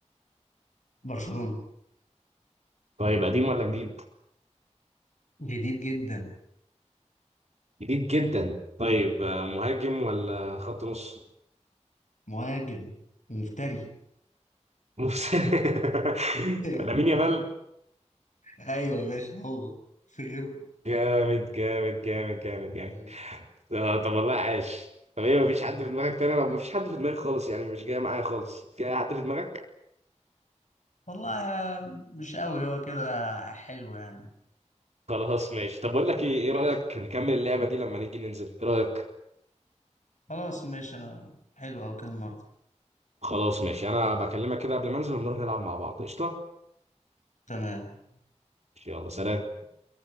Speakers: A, on the left (about 85°); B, on the right (about 65°).
A: برشلونة
B: طيب قديم ولا جديد؟
A: جديد جدا
B: جديد جدا طيب آه، مهاجم ولا خط نص؟
A: مهاجم ومفتري
B: نص. <laughs>
A: <laughs>
B: لامين يامال
A: ايوه ماشي هو في غيره
B: جامد جامد جامد جامد جامد
A: مم.
B: آه طب والله عاش طب ايه مفيش حد في دماغك تاني لو مفيش حد في دماغي خالص يعني مش جاي معايا خالص جاي حد في دماغك؟
A: والله مش قوي هو كده حلو يعني
B: خلاص ماشي طب بقول لك ايه ايه رأيك
A: ماشي
B: نكمل اللعبة
A: مم.
B: دي لما نيجي ننزل ايه رأيك؟
A: خلاص ماشي أنا- حلو أوي كده النهارده
B: خلاص ماشي انا بكلمك كده قبل ما انزل ونروح نلعب مع بعض قشطة؟
A: تمام
B: يلا سلام